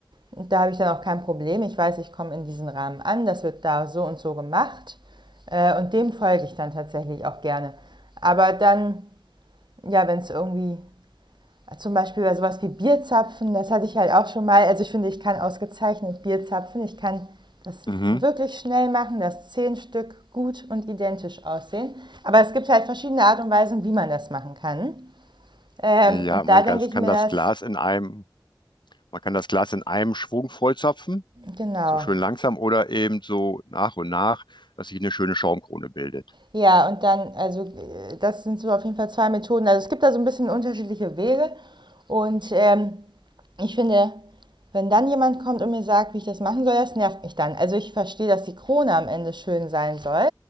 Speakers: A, on the right; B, on the left.
A: Und da habe ich dann auch kein Problem. Ich weiß, ich komme in diesen Rahmen an, das wird da so und so gemacht. Äh, und dem folge ich dann tatsächlich auch gerne. Aber dann, ja, wenn es irgendwie zum Beispiel bei sowas wie Bierzapfen, das hatte ich halt auch schon mal. Also ich finde, ich kann ausgezeichnet Bierzapfen. Ich kann das
B: Mhm.
A: wirklich schnell machen, dass zehn Stück gut und identisch aussehen. Aber es gibt halt verschiedene Art und Weisen, wie man das machen kann. Ähm,
B: Ja,
A: und
B: man
A: da denke
B: kann,
A: ich
B: kann
A: mir
B: das
A: das,
B: Glas in einem, man kann das Glas in einem Schwung vollzapfen,
A: genau.
B: so schön langsam oder eben so nach und nach, dass sich eine schöne Schaumkrone bildet.
A: Ja, und dann, also äh, das sind so auf jeden Fall zwei Methoden. Also es gibt da so ein bisschen unterschiedliche Wege. Und ähm, Ich finde, wenn dann jemand kommt und mir sagt, wie ich das machen soll, das nervt mich dann. Also ich verstehe, dass die Krone am Ende schön sein soll,